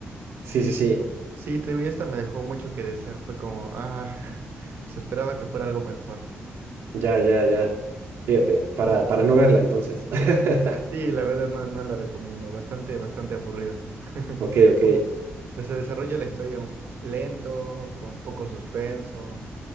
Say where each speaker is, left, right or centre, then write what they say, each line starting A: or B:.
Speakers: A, on the right (about 80°); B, on the right (about 60°).
A: Sí, sí, sí,
B: Sí, te digo, y esta me dejó mucho que desear, fue como, ah, <laughs> se esperaba que fuera algo mejor.
A: ya, ya, ya. Fíjate, para, para no verla entonces. <laughs>
B: Sí, la verdad no, no la recomiendo, bastante, bastante aburrida. <laughs>
A: Ok, ok.
B: Un poco- O sea, se desarrolla la historia un- lento, con poco suspenso,